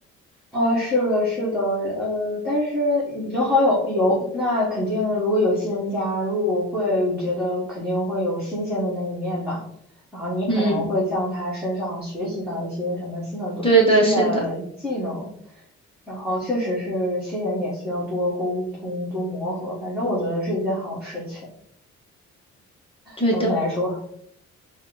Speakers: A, in the centre; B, on the left.
A: 呃，是的，是的，呃，但是有好有有，那肯定如果有新人加入，我会觉得肯定会有新鲜的那一面嘛。然后你可能会向他身上学习到一些什么新的东、
B: 嗯，对的，
A: 新的技能，
B: 是的，
A: 然后确实是新人也需要多沟通、多磨合，反正我觉得是一件好事情。
B: 对的。
A: 总体来说。